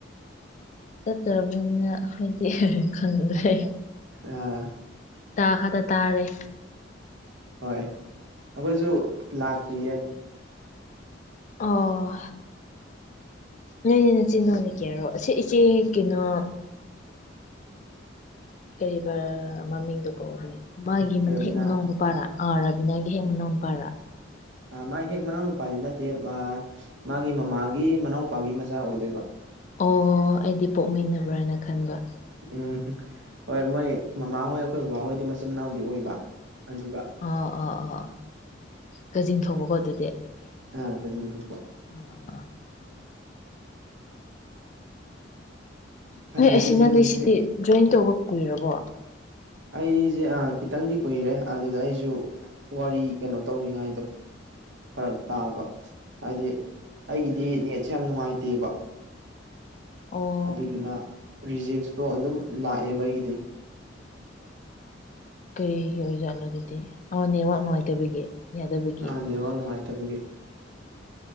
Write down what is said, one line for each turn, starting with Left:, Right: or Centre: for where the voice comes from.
Left: ꯆꯠꯇ꯭ꯔꯕꯅꯤꯅ ꯑꯩꯈꯣꯏꯗꯤ ꯈꯪꯗ꯭ꯔꯦ꯫
Right: ꯑꯥ
Left: ꯇ ꯍꯗ ꯇꯥꯔꯦ꯫
Right: ꯍꯣꯏ ꯑꯩꯈꯣꯏꯁꯨ ꯂꯥꯛꯇ꯭ꯔꯤꯌꯦ꯫
Left: ꯑꯣ ꯅꯅꯦ ꯅꯆꯤꯟꯅꯣ ꯂꯩ ꯀꯦꯌꯥꯔꯣ ꯑꯁꯤ ꯏꯆꯦ ꯀꯩꯅꯣ ꯀꯔꯤꯕꯕꯥꯔ ꯃꯃꯤꯡꯗꯣ ꯀꯧꯔꯤ꯫ ꯃꯥꯒꯤ
Right: ꯔꯕꯤꯅꯥ
Left: ꯍꯦꯛ ꯃꯅꯥꯎ ꯅꯨꯄꯥꯔꯥ ꯑꯥ ꯔꯥꯕꯤꯅꯥꯒꯤ ꯍꯦꯛ ꯃꯅꯥꯎ ꯅꯨꯄꯥꯔꯥ
Right: ꯑ ꯃꯥ ꯍꯦꯛ ꯃꯅꯥꯎ ꯅꯨꯄꯥꯗꯤ ꯅꯠꯇꯦ ꯃꯥꯒꯤ ꯃꯃꯥꯒꯤ ꯃꯅꯥꯎꯄꯥꯒꯤ ꯃꯆꯥ ꯑꯣꯏꯗꯣꯏꯕ
Left: ꯑꯣ ꯑꯩꯗꯤ ꯄꯣꯛꯃꯤꯟꯅꯕ꯭ꯔꯥꯅ ꯈꯟꯕ
Right: ꯎꯝ ꯍꯣꯏ ꯃꯣꯏ ꯃꯃꯥꯍꯣꯏ ꯑꯩꯈꯣꯏ ꯕꯕꯥꯍꯣꯏꯗꯤ ꯃꯆꯤꯟ ꯃꯅꯥꯎꯗꯤ ꯑꯣꯏꯕ ꯑꯗꯨꯒ
Left: ꯑ ꯑ ꯑ ꯑ ꯀꯖꯤꯅ ꯊꯧꯛꯄ ꯑꯗꯨꯗꯤ
Right: ꯑ ꯀꯖꯅ ꯊꯣꯛꯄ
Left: ꯍ
Right: ꯈꯪꯗꯦꯗꯁꯦ
Left: ꯅꯣꯏ ꯑꯁꯤ ꯅꯪ
Right: ꯍꯧꯖꯤꯛꯁꯦ
Left: ꯉ ꯁꯤꯗꯤ ꯖꯣꯏꯟ ꯇꯧꯕ ꯀꯨꯏꯔꯕꯣ
Right: ꯑꯩꯁꯦ ꯈꯤꯇꯪꯗꯤ ꯑꯥ ꯀꯨꯏꯔꯦ ꯑꯗꯨꯗ ꯑꯩꯁꯨ ꯋꯥꯔꯤ ꯀꯩꯅꯣ ꯇꯧꯅꯤꯉꯥꯏꯗꯣ ꯐꯔꯛ ꯇꯥꯕ ꯍꯥꯏꯗꯤ ꯑꯩꯒꯤꯗꯤ ꯅꯦꯠꯁꯦ ꯌꯥꯝ ꯅꯨꯡꯉꯥꯏꯇꯦꯕ
Left: ꯑꯣ
Right: ꯑꯗꯨꯗꯨꯅ ꯔꯤꯖꯦꯛꯁꯇꯣ ꯑꯗꯨꯝ ꯂꯥꯛꯑꯦꯕ ꯑꯩꯒꯤꯗꯤ
Left: ꯀꯩꯒꯤ ꯑꯣꯏꯖꯥꯠꯂꯣ ꯑꯗꯨꯗꯤ ꯑꫭ ꯅꯦꯠꯋꯥꯛ ꯅꯨꯡꯉꯥꯏꯇꯕꯒꯤ꯫ ꯌꯥꯗꯕꯒꯤ
Right: ꯑ ꯅꯥꯠꯋꯔꯀ ꯅꯨꯡꯉꯥꯏꯇꯕꯒꯤ꯫